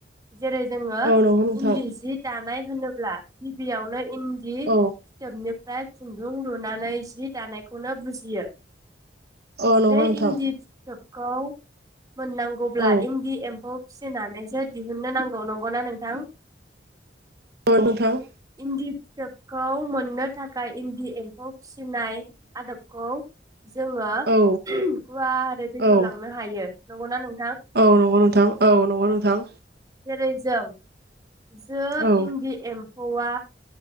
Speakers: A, on the right; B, on the right.
A: जेरै जोङो
B: औ नंगौ नोंथां
A: इन्दि सि दानाय होनोब्ला गिबियावनो इन्दि फिथोबनिफ्राइ
B: औ
A: खुन्दुं लुनानै जि दानायखौनो बुजियो
B: औ नंगौ
A: बे
B: नोंथां
A: इन्दि फिथोब खौ मोननांगौब्ला
B: औ
A: इन्दि एम्फौ फिसिनानैसो दिहुननो नांगौ नंगौना नोंथां
B: अ नोंथां
A: इन्दि फिथोबखौ मोननो थाखाय इन्दि एम्फौ फिसिनाय आदबखौ जोङो
B: औ
A: गुवारै बेखेव
B: औ
A: लांनो हायो नंगौना नों
B: औ नंगौ नों थां औ नंगौ नोंथां
A: जेरै जों जो
B: औ
A: इन्दि एम औवा